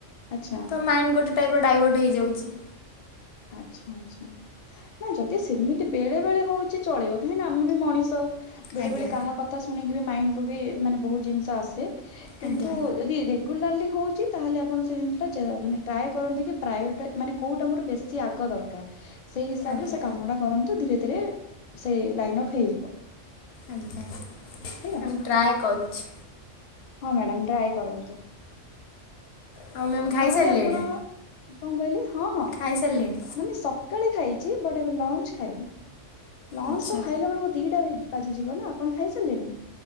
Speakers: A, on the left; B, on the left.
A: ଆଚ୍ଛା
B: ତ ମାଇଣ୍ଡ ଗୋଟେ ଟାଇପ୍ର ଡାଇଭର୍ଟ ହେଇଯାଉଛି
A: ଆଚ୍ଛା ଆଚଛା ନା ଯଦି ସେମିତି ବେଳେ ବେଳେ ହଉଛି ଚଳେଇ କାହିଁ ଆମେ ବି ମଣିଷ ବେଳେ
B: ଆଜ୍ଞା।
A: ବେଳେ କାହା କଥା ଶୁଣିକି ବି ମାଇଣ୍ଡକୁୁ ବି ମାନେ ବହୁତ ଜ ଆସେ କିନ୍ତୁ
B: ଆଜ୍ଞା
A: ଯଦି ରେଗୁଲାରଲି ହେଉଛି ତାହେଲେ ଆପଣ ସେ ଜିନିଷଟା ମାନେ ଟ୍ରାଏ କରନ୍ତି କି ପ୍ରାୟଟ ମାନେ କେଉଁଟା ମୋର ବେ ସଏ ଆଗ ଦରକାର ସେଇ ହିସାବରେ
B: ଆଜ୍ଞା
A: ସେ କାମଟା କରନ୍ତୁ ଧୀରେ ଧୀରେ ସେ ଲାଇନ ଅପ୍ ହେଇଯିବ।
B: ଆଜ୍ଞା
A: ହେଲା
B: ଆ ମୁ ଟ୍ରାଏ କରୁଛି
A: ହଁ ମ୍ୟାଡ଼ ଟ୍ରାଏ କରନ୍ତୁ
B: ଆଉ ମ୍ୟାମ୍ ଖାଇସାରିଲେଣି
A: ନହେଲେ ଆପଣ କଣ କହିଲି ହଁ ହଁ
B: ଖାଈ ସରିଲେଣି।
A: ସକାଳେ ଖାଇଛି ବଟ ଏବେ ଲଞ୍ଚ ଖାଇନି, ଲଞ୍ଚ
B: ଆଚ୍ଛା।
A: ତ ଖାଇଲା ବେଳକୁ ଦିଟା। ବାଜିଯିବ ନା ଆପଣ ଖାଇସାରିଲେଣି?